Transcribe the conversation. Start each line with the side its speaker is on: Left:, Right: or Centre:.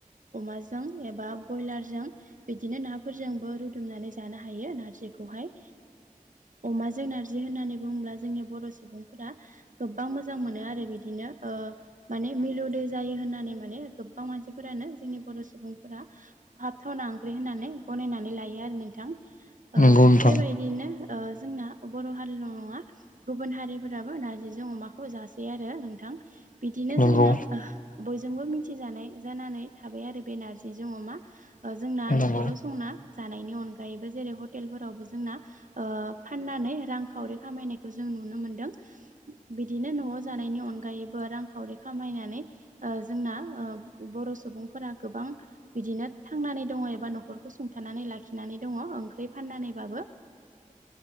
Right: अमाजों एबा बयलारजों बिदिनो नाफोरजोंबो रुदुमनानै जानो हायो नारजिखौहाय। अमाजों नारजि होननानै बुङ्ला जोंनि बर' सुबुंफोरा गोबां मोजां मोनो आरो बिदिनो ओ माने मिलौदे जायो होननानै माने गोबबां मानसिफोरानो जोंनि बर' सुबुंफोरा हाबथावना ओंख्रि होननानै गनायनानै लायो आरो नोंथां। ओ
Left: नंगौ नोंथां
Right: बेबायदिनो ओ जोंना बर' हारिल' नङा गुबुन हारिफोराबो नारज जों अमाखौ जासै आरो। नोंथां, बिदिनो
Left: नंगौ
Right: जोंना बयजोंबो मिथिजानाय जानानै थाबाय आरो बे नारजिजों अमा। जोंना
Left: नंगौ
Right: न'खराव संना जानायनि अनगायैबो जेरै हटेलफोरावबो जोंना फाननानै रांखावरि खामायनाय खौ जों नुनो मोनदों बिदिनो न'आव जानायनि अनगायैबो रांखावरि खामायनानै जोंना बर' सुबुंफोरा गोबां बिदिनो थांनानै दङ एबा न'खरखौ सुंथानानै लाखिनानै दङ, ओंख्रि फाननानैबाबो
Left: <inaudible>